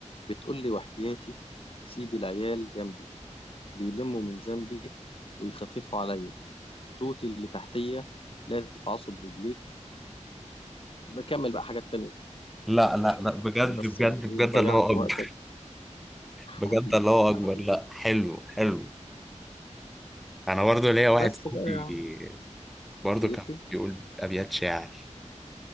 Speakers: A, on the left (about 45°); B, in the centre.
A: بتقول لي وحياتي سيب العيال جنبي بيلموا من ذنبي ويخففوا عليا توتي اللي تحتية لا تفعصوا برجليك بكمل بقى حاجات تانية
B: لا
A: كده
B: لا
A: عشان
B: لا بجد
A: عشان بس
B: بجد
A: يعني إيه،
B: بجد
A: ما ضيعش
B: الله
A: وقتك
B: اكبر
A: حبيبي
B: بجد الله اكبر
A: حبيبي
B: لا حلو حلو انا برضو ليا واحد
A: بس
B: صاحبي
A: بقى
B: برضو
A: بيكتب
B: كان بيقول ابيات شعر